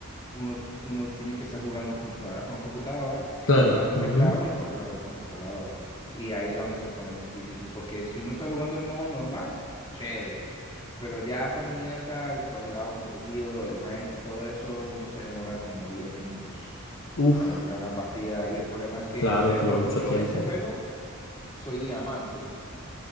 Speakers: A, on the left; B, on the left.
A: uno, uno tiene que estar jugando computadora con computadora,
B: Claro.
A: teclado con
B: ujú.
A: teclado y controlador con controlador. Y ahí es donde se pone difícil, porque si uno está jugando el modo normal, chévere, pero ya cuando uno entra al, co- al lado competitivo, el rank y todo eso, uno se demora como 10 minutos
B: Uf,
A: para entrar a una partida. Y el problema es que,
B: claro,
A: o sea,
B: toma
A: yo,
B: mucho
A: yo
B: tiempo.
A: en ese juego soy diamante.